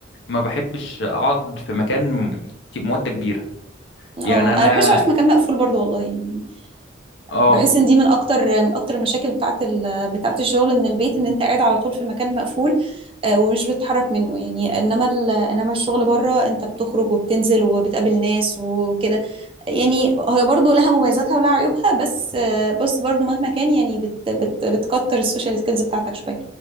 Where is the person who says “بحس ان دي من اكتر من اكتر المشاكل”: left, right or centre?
Right